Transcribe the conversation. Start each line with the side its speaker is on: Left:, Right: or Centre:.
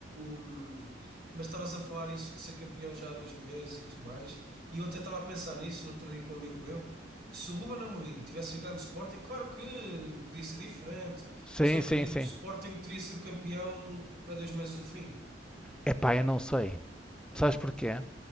Right: o- mas estavas a falar isso de ser campeão já há dois meses e tudo mais, e eu até estava a pensar nisso no outro dia com um amigo meu. Se o Ruben Amorim tivesse ficado no Sporting, claro que podia ser diferente,
Centre: Sim,
Right: mas eu acredito
Centre: sim, sim.
Right: que o Sporting teria sido campeão há dois meses do fim.
Centre: Epá, eu não sei. Sabes porquê?